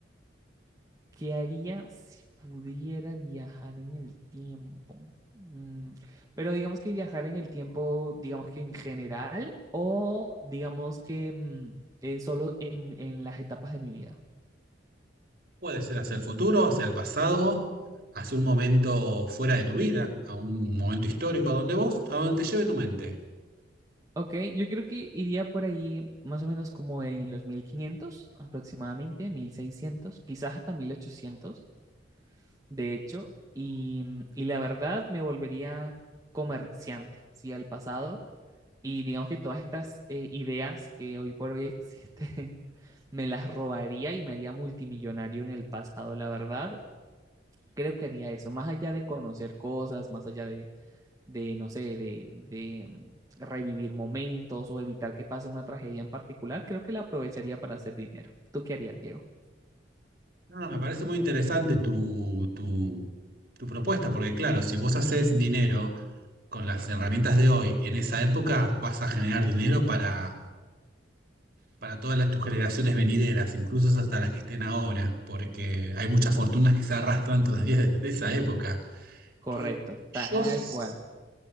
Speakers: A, on the right; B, on the right.
A: ¿Qué haría si pudiera viajar en el tiempo? Mm, pero digamos que viajar en el tiempo, digamos que en general, o digamos que mm, eh, solo en, en las etapas de mi vida.
B: Puede ser hacia el futuro, hacia el pasado, hacia un momento fuera de tu vida, a un momento histórico, a donde vos, a donde te lleve tu mente.
A: Ok, yo creo que iría por ahí más o menos como en los 1500 aproximadamente, 1600, quizás hasta 1800, de hecho, y, y la verdad me volvería comerciante, ¿sí? Al pasado, y digamos que todas estas eh, ideas que hoy por hoy existen, <laughs> me las robaría y me haría multimillonario en el pasado, la verdad, creo que haría eso, más allá de conocer cosas, más allá de de, no sé, de, de mm, revivir momentos o evitar que pase una tragedia en particular, creo que la aprovecharía para hacer dinero. ¿Tú qué harías, Diego?
B: No, no, me parece muy interesante tu, tu, tu propuesta, porque claro, si vos haces dinero con las herramientas de hoy en esa época, vas a generar dinero para para todas las, tus generaciones venideras, incluso hasta las que estén ahora, porque hay muchas fortunas que se arrastran todavía <laughs> desde esa época.
A: Correcto,
B: Eh,
A: tal
B: yo, s-
A: cual.